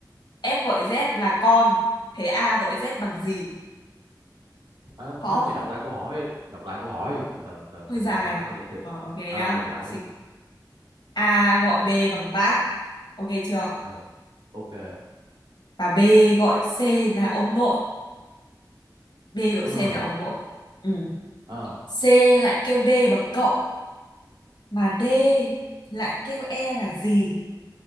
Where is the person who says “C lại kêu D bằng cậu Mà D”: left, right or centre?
Left